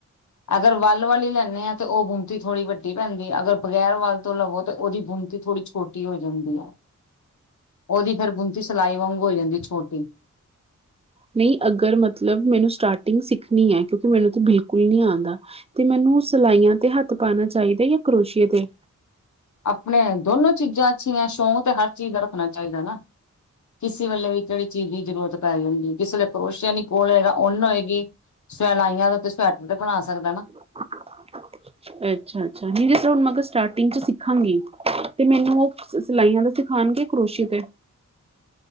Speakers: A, on the left; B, on the right.
A: ਅਗਰ ਵੱਲ ਵਾਲੀ ਲੈਂਦੇ ਹਾਂ ਤੇ ਉਹ ਬੁਮਤੀ ਥੋੜੀ ਵੱਡੀ ਪੈਂਦੀ, ਅਗਰ ਬਗੈਰ ਵੱਲ ਤੋਂ ਲਵੋ ਤਾਂ ਉਹਦੀ ਬੁਮਤੀ ਥੋੜੀ ਛੋਟੀ ਹੋ ਜਾਂਦੀ ਹੈ, ਉਹਦੀ ਫੇਰ ਬੁਤੀ ਸਿਲਾਈ ਵਾਂਗ ਹੋ ਜਾਂਦੀ ਛੋਟੀ
B: ਨਹੀਂ ਅਗਰ ਮਤਲਬ ਮੈਨੂੰ ਸਟਾਰਟਿੰਗ ਸਿੱਖਣੀ ਹੈ, ਕਿਉਂਕਿ ਮੈਨੂੰ ਤਾਂ ਬਿਲਕੁਲ ਨਹੀਂ ਆਉਂਦਾ ਤੇ ਮੈਨੂੰ ਸਿਲਾਈਆਂ ਤੇ ਹੱਥ ਪਾਉਣਾ ਚਾਹੀਦਾ, ਜਾਂ ਕਰੋਸ਼ੀਏ ਤੇ
A: ਆਪਣੇ ਦੋਨੋ ਚੀਜ਼ਾਂ ਅੱਛੀਆਂ ਸ਼ੌਂਕ ਤੇ ਹਰ ਚੀਜ਼ ਦਾ ਰੱਖਣਾ ਚਾਹੀਦਾ ਨਾ ਕਿਸੇ ਵੇਲੇ ਵੀ ਜਿਹੜੀ ਚੀਜ਼ ਦੀ ਜ਼ਰੂਰਤ ਪੈ ਜਾਂਦੀ ਹੈ, ਕਿਸੇ ਵੇ ਕਰੋਸ਼ਿਆ ਯ ਨਹੀਂ ਕੋਲ ਹੋਏਗਾ ਉਨ ਹੋਏਗੀ, ਸਵੈਲਾਈਆਂ ਦਾ ਤੇ ਸਵੈਟਰ ਤੇ ਬਣਾ ਸਕਦਾ
B: ਅੱਛਾ -ਅੱਛਾ ਨ ਜੇ ਹੁਣ, ਮੈਂ ਕਿਹਾ ਸਟਾਰਟਿੰਗ ਚ ਸਿੱਖਾਂਗੀ ਤੇ ਮੈਨੂੰ ਉਹ ਸਿਲਾਈਆਂ ਦਾ ਸਿਖਾਉਣਗੇ, ਕਰੋਸ਼ੀਯੇ ਤੇ